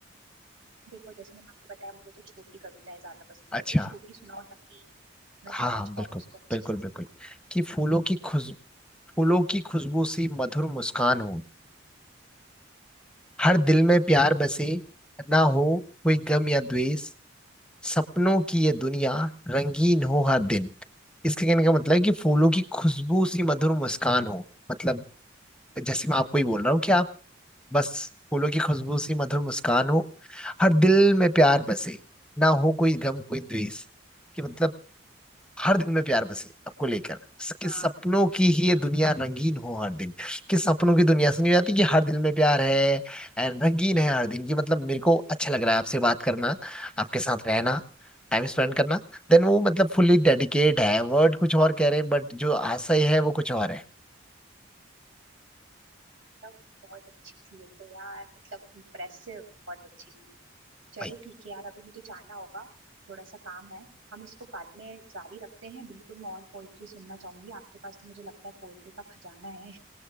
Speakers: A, on the right (about 75°); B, in the centre.
A: देखो जैसे मैंने आपको बताया मुझे तो छोटी कविताएं ज्यादा पसंद
B: अच्छा
A: है तो छोटी सुनाओ ताकि मैं
B: हाँ
A: समझ
B: हाँ बिल्कुल
A: पाऊँ उसको अच्छे
B: बिल्कुल
A: से
B: बिल्कुल कि फूलों की खुश फूलों की खुशबू सी मधुर मुस्कान हो हर दिल में
A: अच्छा
B: प्यार बसे ना हो कोई गम या द्वेष सपनों की ये दुनिया रंगीन हो हर दिन इसके कहने का मतलब है कि फूलों की खुशबू सी मधुर मुस्कान हो मतलब जैसे मैं आपको ही बोल रहा हूँ कि आप बस फूलों की खुशबू सी मधुर मुस्कान हो हर दिल में प्यार बसे ना हो कोई गम कोई द्वेष कि मतलब हर दिन में प्यार बसे आपको लेकर कि
A: हाँ
B: सपनों की ही ये दुनिया रंगीन हो हर दिन कि सपनों की दुनिया सुनी जाती कि हर दिल में प्यार है and रंगीन है हर दिन की मतलब मेरे को अच्छा लग रहा है आपसे बात करना आपके साथ रहना टाइम स्पेंड करना देन वो मतलब फुल्ली डेडिकेट है वर्ड कुछ और कह रहे हैं बट जो आशय है वो कुछ और है
A: तब बहुत अच्छी थी ये तो यार मतलब इम्प्रेसिव बहुत अच्छी थी चलो
B: भाई
A: ठीक है यार अभी मुझे जाना होगा थोड़ा सा काम है हम इसको बाद में जारी रखते हैं बिल्कुल मैं और पोइट्री सुनना चाहूंगी आपके पास तो मुझे लगता है पोइट्री का खजाना है